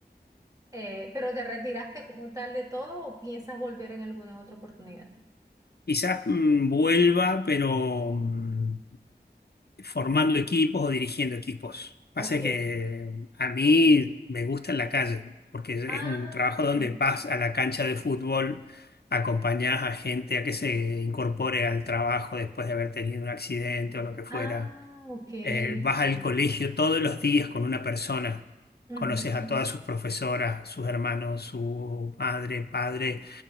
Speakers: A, on the right (about 20°); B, on the left (about 65°).
A: Eh, ¿pero te retiraste como tal de todo o piensas volver en alguna otra oportunidad?
B: Quizás mm, vuelva, pero mm, formando equipos o dirigiendo equipos. Pasa
A: Ok.
B: que mm, a mí me gusta en la calle, porque es es
A: Ah,
B: un trabajo donde vas a la cancha de fútbol, acompañás a gente a que se incorpore al trabajo después de haber tenido un accidente o lo que fuera.
A: ah, ok.
B: Eh,
A: ok.
B: vas al colegio todos los días con una persona,
A: Ujú.
B: conoces a todas sus profesoras, sus hermanos, su madre, padre